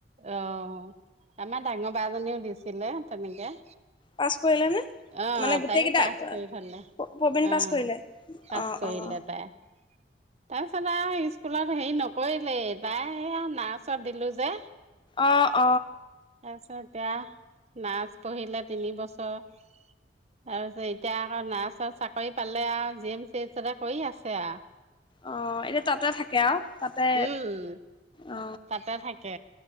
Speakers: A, on the right (about 40°); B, on the left (about 30°).
A: অহ তমানাৰ ডাঙৰ ব জনীও দিছিলে তেনেকে
B: পাছ কৰিলে নে
A: অ',
B: মানে গোটেইকেইটা
A: তাইও পাছ কৰি থলে
B: প্ৰবীণ
A: অ',
B: পাছ কৰিলে
A: পাছ
B: অ
A: কৰিলে
B: অ
A: তাই। তাৰপিছত আৰু স্কুলত হেৰি নকৰিলেই বাই নাৰ্চত দিলো যে
B: অ অ
A: তাৰপিছত এতিয়া নাৰছ পঢ়িলে তিন বছৰ তাৰপিছত এতিয়া আকৌ নাৰছৰ চাকৰি পালে আৰু জি এম চি এইচতে কৰি আছে আৰু
B: অ এনেয়া তাতে থাকে কে আৰু তাতে
A: উম,
B: অ
A: তাতে থাকে।